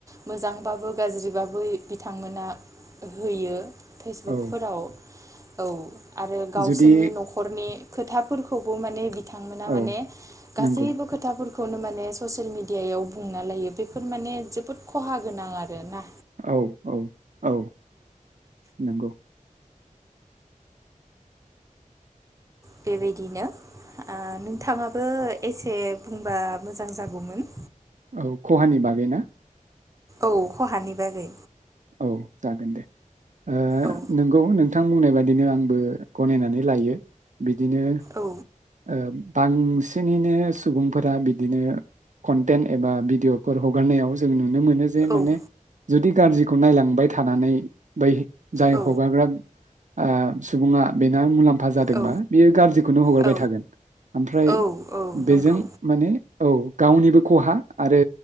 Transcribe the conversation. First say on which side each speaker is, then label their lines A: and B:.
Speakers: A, on the right; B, on the right.
A: मोजांबाबो गाज्रिबाबो बिथांमोना होयो। फेसबुकफोराव
B: औ
A: औ। आरो गावसोरनि
B: जुदि
A: न'खरनि। खोथाफोरखौबो माने बिथांमोना माने
B: औ
A: गासैबो
B: नंगौ
A: खोथाफोरखौ खौनो माने ससियेल मिडियायाव बुंना लायो बेफोर माने जोबोद खहा गोनां आरोना।
B: औ औ औ नोंगौ।
A: बेबायदिनो ओ नोंथाङाबो एसे बुंबा मोजां जागौमोन।
B: औ खहानि बागै ना?
A: औ खहानि बागै।
B: औ जागोन दे ओ
A: औ
B: नोंगौ नोंथां बुंनाय बादिनो आंबो गनायनानै लायो बि दिनो
A: औ
B: ओ बांसिनैनो सुबुंफोरा बिदिनो कनटेन्ट एबा भिडिअफोर हगारनायाव जों नुनो नो मोनो जे माने
A: औ
B: जुदि गाज्रिखौ नायलांबाय थानानै बै जाय
A: औ
B: हगारग्रा ओ सुबुङा बेना मुलाम फा जादोंबा
A: औ
B: बेयो गाज्रिखौनो हगारबाय
A: औ
B: था थागोन ओमफ्राय
A: औ औ नंगौ
B: बेजों माने औ गावनिबो खहा आरो